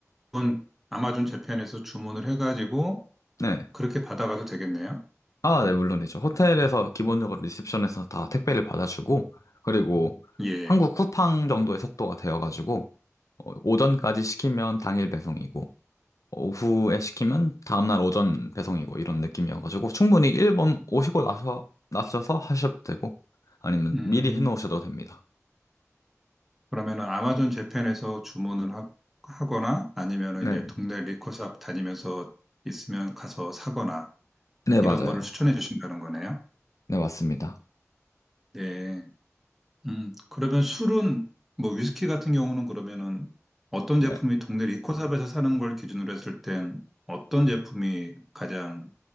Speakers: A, in the centre; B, on the left.
A: 일본 아마존 재팬에서 주문을 해가지고
B: 네.
A: 그렇게 받아가도 되겠네요.
B: 아, 네, 물론이죠. 호텔에서 기본적으로 리셉션에서 다 택배를 받아주고, 그리고
A: 예.
B: 한국 쿠팡 정도의 속도가 되어가지고, 어, 오전까지 시키면 당일 배송이고, 오후에 시키면 다음날 오전 배송이고, 이런 느낌이어가지고, 충분히 일본 오시고 나서, 나셔서 하셔도 되고, 아니면
A: 음,
B: 미리 해놓으셔도 됩니다.
A: 그러면은 아마존 재팬에서 주문을 하, 하거나 아니면은
B: 네네.
A: 이제 동네 리코샵 다니면서 있으면 가서 사거나
B: 네,
A: 이런
B: 맞아요.
A: 거를 추천해 주신다는 거네요.
B: 네, 맞습니다.
A: 네. 음, 그러면 술은, 뭐, 위스키 같은 경우는 그러면은 어떤
B: 네.
A: 제품이 동네 리코샵에서 사는 걸 기준으로 했을 땐 어떤 제품이 가장